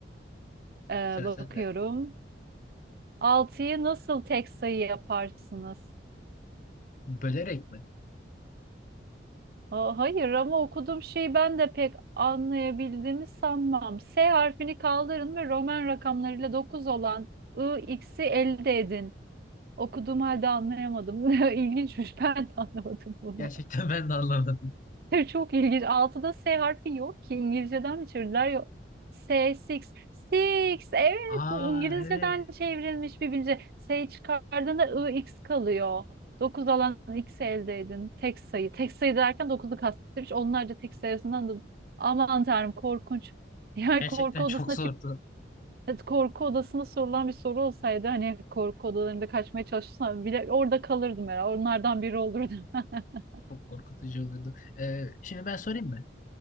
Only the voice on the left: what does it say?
Sıra
sende.
Bölerek mi?
Gerçekten <laughs> ben de anlamadım.
Aa
evet.
Gerçekten
çok zordu.
Çok korkutucu olurdu. Ee, şimdi ben sorayım mı?